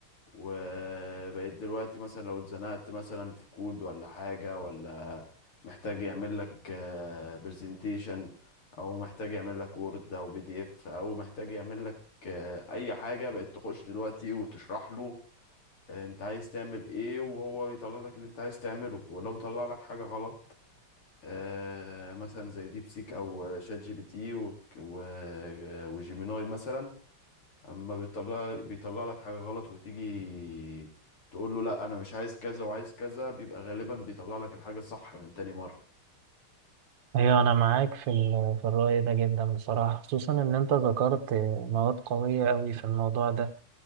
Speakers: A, on the left; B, on the right.
A: وبقيت دلوقتي مثلا لو اتزنقت مثلا في كود ولا حاجة ولا محتاج يعمل لك برزنتيشن او محتاج يعمل لك وورد او بي دي اف او محتاج يعمل لك آه، اي حاجه بقت تخش دلوقتي وتشرح له آه، انت عايز تعمل ايه وهو يطلع لك اللي انت عايز تعمله ولو طلع لك حاجة غلط آه مثلا زي ديب سيك او شات جي بي تي و- و- وجيميناي مثلا اما بيطلع بيطلع لك حاجة غلط وتيجي تقول له لا انا مش عايز كذا وعايز كذا بيبقى غالبا بيطلع لك الحاجة الصح من تاني مرة
B: أيوة أنا معاك في ال- في الرأي ده جدا بصراحة خصوصا إن أنت ذكرت مواد قوية أوي في الموضع ده